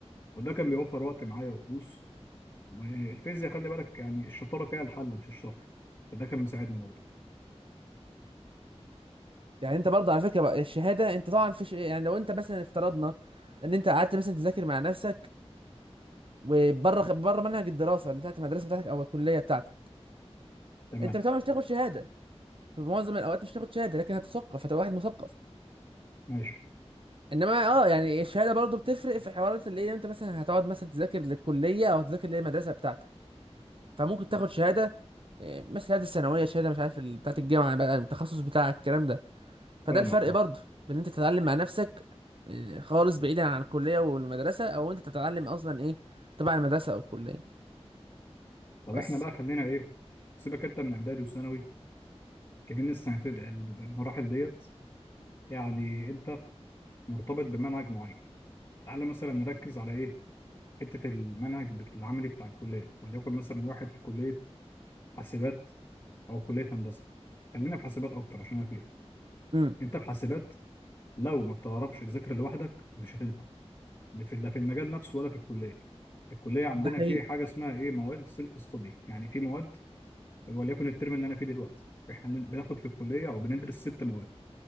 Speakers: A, on the left (about 40°); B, on the right (about 50°).
A: وده كان بيوفر وقت معايا وفلوس والفيزياء خلي بالك يعني الشطاره فيها الحل مش الشرح فده كان مساعدني برضه
B: يعني انت برضه على فكره بقى الشهاده انت طبعا في ش... يعني لو انت مثلا افترضنا ان انت قعدت مثلا تذاكر مع نفسك وبره بره منهج الدراسه اللي بتاعت المدرسه بتاعتك او الكليه بتاعتك
A: تمام
B: انت طبعا مش هتاخد شهاده في معظم الاوقات مش هتاخد شهاده لكن هتثقف هتبقى واحد مثقف
A: ماشي
B: انما اه يعني الشهاده برضه بتفرق في حوارات اللي هي انت مثلا هتقعد مثلا تذاكر للكليه او تذاكر للمدرسه بتاعتك فممكن تاخد شهاده إيه، مثل شهاده الثانويه شهاده مش عارف ال- بتاعه الجامعه بقى التخصص بتاعك الكلام ده فده
A: فاهمك
B: الفرق
A: اه
B: برضه بين إن انت تتعلم مع نفسك إيه، خالص بعيدا عن الكليه والمدرسه او انت تتعلم اصلا ايه تبع المدرسه او الكليه
A: طب
B: بس
A: احنا بقى خلينا ايه سيبك انت من اعدادي وثانوي كمان السنتين المراحل ديت يعني انت مرتبط بمنهج معين تعالى مثلا نركز على ايه حته المنهج بت- العملي بتاع الكليه وليكن مثلا واحد في كليه حاسبات او كليه هندسه خلينا في حاسبات اكتر عشان انا فيها
B: امم
A: انت في حاسبات لو ما بتعرفش تذاكر لوحدك مش هتنفع لا في لا في المجال نفسه ولا في الكليه الكليه عندنا
B: ده حقيقي
A: في حاجه اسمها ايه مواد سيلف ستادي يعني في مواد وليكن الترم اللي انا فيه دلوقتي احنا بن- بناخد في الكليه او بندرس ست مواد